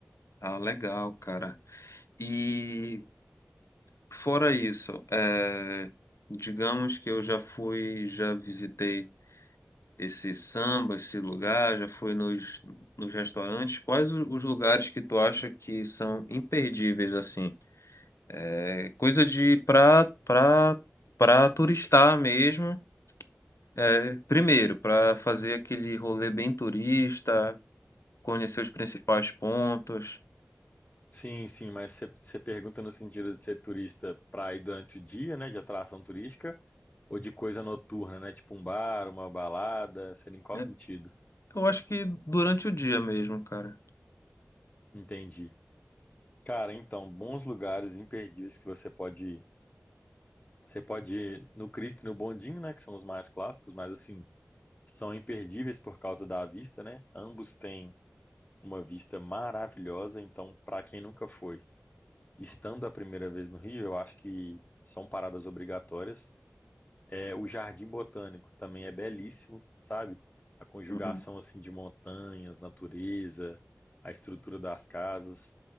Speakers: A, on the left; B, on the left.
A: Ah, legal, cara. E fora isso, é, digamos que eu já fui, já visitei. esse samba, esse lugar, já foi nos, nos restaurantes. Quais o- os lugares que tu acha que são imperdíveis, assim? É coisa de pra, pra, pra turistar mesmo. É, primeiro, para fazer aquele rolê bem turista, conhecer os principais pontos.
B: Sim, sim, mas você você pergunta no sentido de ser turista pra ir durante o dia, né, de atração turística, ou de coisa noturna, né, tipo um bar, uma balada, seria em qual
A: né?
B: sentido?
A: Eu acho que durante o dia mesmo, cara.
B: Entendi. Cara, então, bons lugares imperdíveis que você pode ir. Você pode ir no Cristo e no Bondinho, né, que são os mais clássicos, mas assim, são imperdíveis por causa da vista, né? Ambos têm uma vista maravilhosa, então, pra quem nunca foi, estando a primeira vez no Rio, eu acho que são paradas obrigatórias É, o Jardim Botânico também é belíssimo, sabe? A conjugação
A: Uhum.
B: assim de montanhas, natureza, a estrutura das casas,